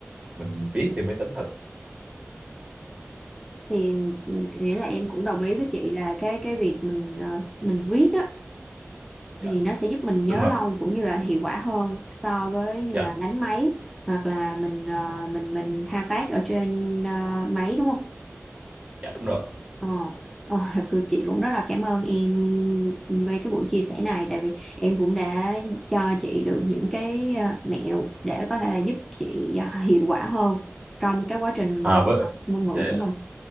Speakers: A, on the right; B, in the centre.
A: mình viết trên máy tính thật
B: thì ừ, nghĩa là em cũng đồng ý với chị là cái cái việc mình ờ, mình viết á
A: dạ
B: thì nó sẽ giúp mình nhớ
A: đúng rồi
B: lâu cũng như là hiệu quả hơn so với như
A: dạ
B: là đánh máy hoặc là mình ờ, mình mình thao tác ở trên ờ, máy đúng không
A: dạ đúng rồi
B: Ờ, ờ, <laughs> cô- chị cũng rất là cảm ơn em về cái buổi chia sẻ này tại vì em cũng đã cho chị được những cái ờ, mẹo để có thể là giúp chị ờ, <laughs> hiệu quả hơn trong cái quá trình
A: à với
B: học ngôn ngữ
A: dạ,
B: của
A: dạ.
B: mình.